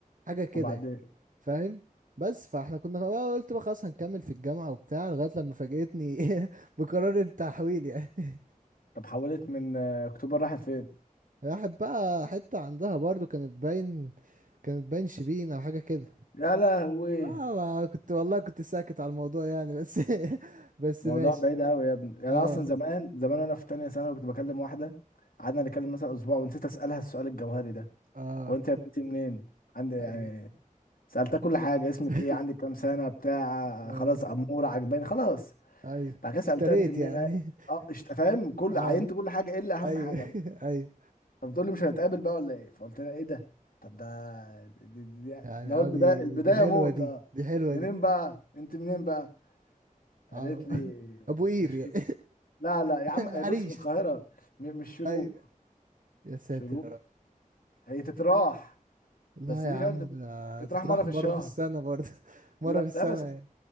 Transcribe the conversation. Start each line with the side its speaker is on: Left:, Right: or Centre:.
Right: حاجه كده
Left: وبعدين
Right: يعني. فاهم بس فاحنا كنا بقى قلت بقى خلاص هنكمل في الجامعة وبتاع لغاية لما فاجأتني <laughs> بقرار التحويل يعني <laughs>
Left: طب حولت من آه، اكتوبر راحت فين
Right: راحت بقى حتة عندها برضو كانت باين كانت باين شبين او حاجة كده
Left: يا لهوي
Right: اه ما كنت والله كنت ساكت على الموضوع يعني بس <laughs> بس
Left: موضوع
Right: ماشي
Left: بعيد قوي يا ابني يعني
Right: اه
Left: انا اصلا زمان زمان وانا في تانية ثانوي كنت بكلم واحدة قعدنا نتكلم مثلا اسبوع ونسيت اسالها السؤال الجوهري ده
Right: اه
Left: هو انت يا بنتي منين عندي يعني
Right: ايوه
Left: سالتها كل حاجة اسمك
Right: <laughs>
Left: ايه عندك كام سنة بتاع
Right: آه
Left: خلاص امورة عجباني خلاص
Right: ايوه
Left: بعد كده سالتها
Right: اشتريت
Left: انت منين
Right: يعني
Left: اه آه، اشت- فاهم
Right: <laughs>
Left: كل
Right: اه
Left: عينت كل حاجة الا اهم
Right: ايوه
Left: حاجة
Right: <laughs> ايوه
Left: فبتقول لي مش هنتقابل بقى ولا ايه فقلت لها ايه ده طب ده دي دي دي
Right: يعني
Left: اللي
Right: اه
Left: هو البدايه
Right: دي
Left: البدايه
Right: دي حلوة
Left: موت
Right: دي
Left: اه
Right: دي حلوة
Left: منين
Right: دي
Left: بقى انت منين بقى قالت
Right: اه
Left: لي
Right: <laughs> ابو قير
Left: مش
Right: يعني
Left: لا لا يا
Right: <laughs>
Left: عم
Right: العريش
Left: آه، بص من القاهره م- مش شروق
Right: ايوه يا ساتر
Left: شروق
Right: يا رب
Left: هي تتراح
Right: لا
Left: بس دي
Right: يا عم
Left: فاهم تت-
Right: ده
Left: تتراح
Right: تتراح
Left: مره في
Right: مرة
Left: الشهر
Right: في السنة برضه <laughs> مرة
Left: لا
Right: في السنة
Left: لا بس
Right: يعني